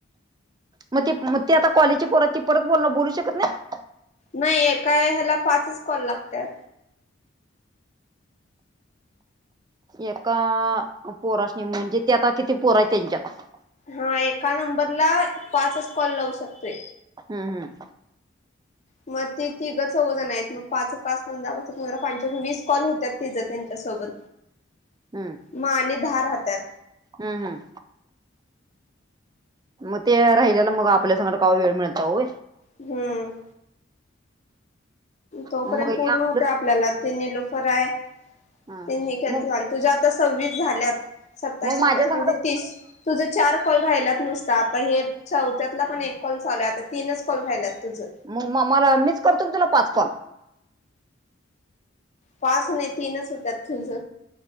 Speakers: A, on the right; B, on the left.
A: मग ते ते आता कॉलेजची पोरात ती परत बोल बोलू शकत नाही.
B: नाही एका ह्याला पाचच कॉल लागतात.
A: एका पोरानी म्हणजे त्याता किती पोर आहे त्यांच्यात
B: हा एका नंबरला पाचच कॉल लावू शकतोय.
A: हम्म हम्
B: मग तेी तिघं चौघ जण आहेत मग पाच एक पाच पंधरा पाच एक पंधरा वीस कॉल होतात तिचं त्यांच्यासोबत
A: <inaudible> हम्म
B: मा आणि दहा राहतात
A: हम्म हम्म मग ते राहिल्याला मग आपल्या सांगड का वेळ मिळत होय
B: हम्म तोपर्यंत
A: मग हे
B: पूर्ण
A: आपलं
B: होते आपल्याला तिनही लोफर आहे
A: हा
B: तीनही के
A: मग
B: चाल तुझ्या आता सव्वीस झाल्यात सत्तावीस
A: मग माझ्या
B: अठ्ठावी कोणी
A: संगटच
B: तीस तुझं चार कॉल राहिलाच नसता आता हे चौथ्यातला पण एक कॉल चालू आहेता तीनच कॉल राहिलात तुझं
A: मग म मला मीच करतो मी तुला पाच कॉल
B: पाच नाही तीनच होत्या तुझ